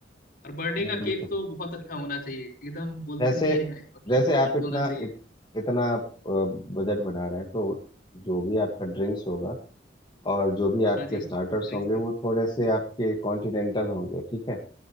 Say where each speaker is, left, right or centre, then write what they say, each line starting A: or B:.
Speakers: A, on the left; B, on the left.
A: और बर्थडे
B: जी
A: का
B: बिल्कुल
A: केक तो बहुत अच्छा होना चाहिए एकदम बोलते
B: जैसे
A: नहीं है मतलब
B: जैसे
A: grand
B: आप इतना
A: होना चाहिए
B: इत, इतना बजट बना रहे हैं तो जो भी आपका ड्रिंक्स होगा और जो भी आपके
A: हाँ जी
B: स्टार्टर्स
A: ड्रिंक्स
B: होंगे वो थोड़े से आपके कॉन्टिनेंटल होंगे ठीक है